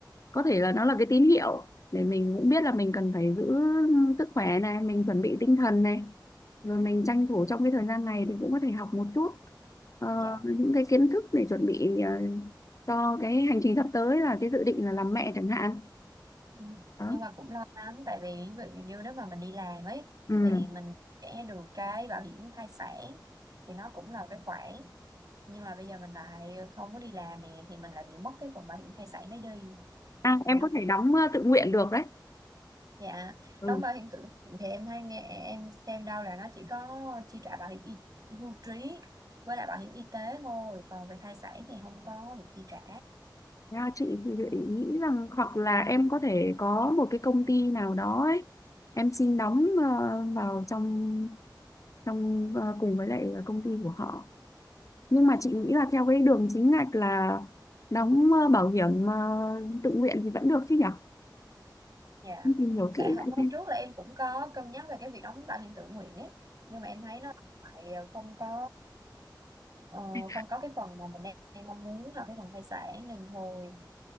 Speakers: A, on the left; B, on the right.
A: có thể là nó là cái tín hiệu để mình cũng biết là mình cần phải giữ sức khỏe này, mình chuẩn bị tinh thần này, rồi mình tranh thủ trong cái thời gian này thì cũng có thể học một chút ờ,
B: dạ
A: những cái kiến thức để chuẩn bị ờ, cho cái hành trình sắp tới là cái dự định là làm mẹ chẳng hạn.
B: Ừ.
A: Đó.
B: nhưng mà cũng lo lắm tại vì ví dụ như nếu mà mình đi làm ấy
A: Ừ.
B: thì
A: À.
B: mình sẽ được cái bảo hiểm thai sản thì nó cũng là cái khoản nhưng mà bây giờ mình lại không có đi làm nè thì mình lại bị mất cái phần bảo hiểm thai sản đấy đi
A: À, em
B: thì nó
A: có
B: cũng
A: thể đóng ờ, tự nguyện được đấy.
B: dạ
A: Ừ.
B: đóng bảo hiểm tự nguyện thì em hay nghe em xem đâu là nó chỉ có chi trả bảo hiểm y, hưu trí với lại bảo hiểm y tế thôi còn về thai sản thì không có được chi trả
A: Ra chị thì chị nghĩ rằng hoặc là em có thể có một cái công ty nào đó ấy. Em xin đóng ờ, vào trong trong ờ, cùng với lại công ty của họ. Nhưng mà chị nghĩ là theo cái đường chính ngạch là đóng ờ, bảo hiểm ờ, tự nguyện thì vẫn được chứ nhỉ?
B: Dạ.
A: Em tìm hiểu kỹ
B: Tại hôm
A: lại xem.
B: hôm trước là em cũng có cân nhắc về cái việc đóng bảo hiểm tự nguyện ấy, nhưng mà em thấy nó lại không có ờ,
A: Ừ.
B: không có cái phần mà mình đang, đang mong muốn là cái phần thai sản nên thôi.